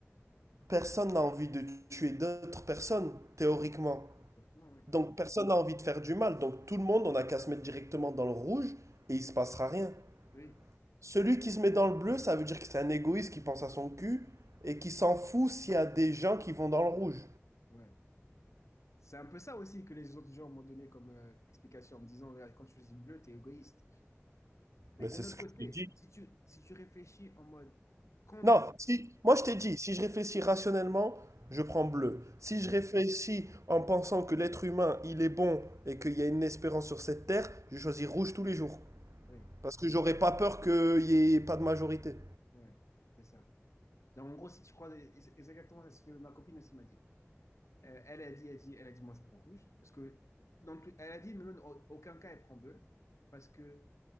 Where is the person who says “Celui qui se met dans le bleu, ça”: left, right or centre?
Right